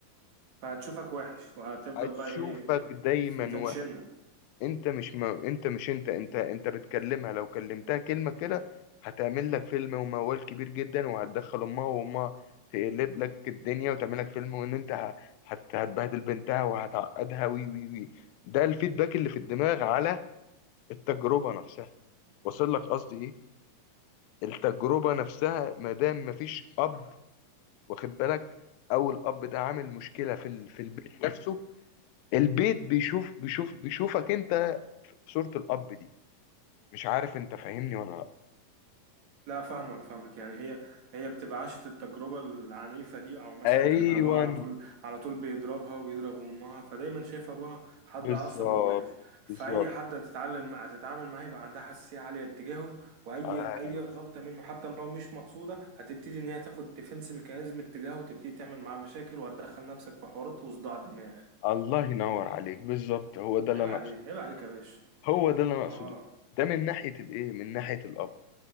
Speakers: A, on the right; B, on the left.
A: فهتشوفك وحش وهتفضل
B: هتشوفك
A: بقى ايه
B: دايما
A: في ميتان شنة
B: انت مش ما انت مش انت انت انت بتكلمها لو كلمتها كلمة كده هتعمل لك فيلم وموال كبير جدا وهتدخل امها وامها تقلب لك الدنيا وتعمل لك فيلم وان انت ه- هت- هتبهدل بنتها وهتعقدها وي وي وي ده الفيدباك اللي في الدماغ على التجربة نفسها وصل لك قصدي ايه التجربة نفسها ما دام مفيش اب واخد بالك او الاب ده عامل مشكلة في ال... في البيت نفسه البيت بيشوف بيشوف بيشوفك انت في صورة الاب دي مش عارف انت فاهمني ولا لا
A: لا فاهمك فاهمك يعني هي هي بتبقى عاشت التجربة العنيفة دي او مثلا
B: ايوه
A: كان ابوها على طول على طول بيضربها ويضرب امها فدايما شايف ابوها حد
B: بالظبط
A: عصبي ووحش فاي
B: بالظبط
A: حد هتتعلم هتتعامل معاه يبقى عندها حساسية عالية اتجاهه واي
B: ايوه
A: اي غلطة منه حتى لو مش مقصودة هتبتدي ان هي تاخد ديفنس ميكانيزم اتجاهه وتبتدي تعمل معاه مشاكل وتدخل نفسك في حوارات وصداع دماغ
B: الله ينور عليك بالظبط هو ده اللي
A: عيب
B: انا
A: عليك
B: اقصده
A: عيب عليك يا باشا
B: هو ده اللي انا اقصده
A: اه
B: ده من ناحيه الايه من ناحيه الاب